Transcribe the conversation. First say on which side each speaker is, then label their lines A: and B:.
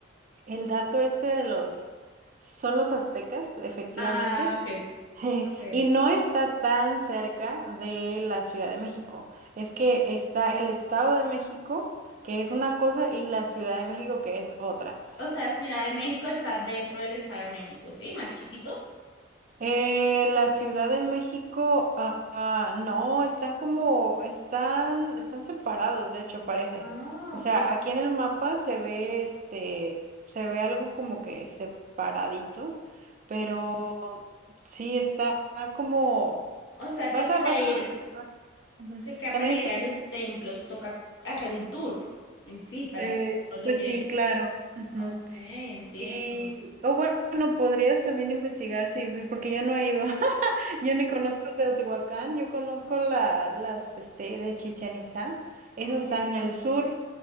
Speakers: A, on the right; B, on the left.
A: el dato este de los, son los aztecas, efectivamente,
B: Ah, ok,
A: <laughs>
B: ok.
A: y no está tan cerca de la Ciudad de México, es que está el Estado de México, que es una cosa, y la Ciudad de México, que es otra.
B: O sea, Ciudad de México está dentro del Estado de México, ¿sí? Más chiquito.
A: Eh, la Ciudad de México, ah, ah, no, están como, están, están separados, de hecho, parece.
B: Ah,
A: O
B: ok.
A: sea, aquí en el mapa se ve, este, se ve algo como que separadito, pero
B: O
A: sí está como,
B: o sea
A: vas
B: que para
A: a, vas
B: ir,
A: a ver, vas- ujú.
B: sé que
A: También
B: para
A: está,
B: ir a los templos toca hacer un tour en sí para
A: eh,
B: que no lo
A: pues
B: lleve.
A: sí, claro. Ujú.
B: Ok, entiendo.
A: Y, o bueno, podrías también investigar, sí, porque yo no he ido, <laughs> yo ni conozco Teotihuacán, yo conozco la, las, este, de Chichén Itzá, esas
B: Ok,
A: están en el sur,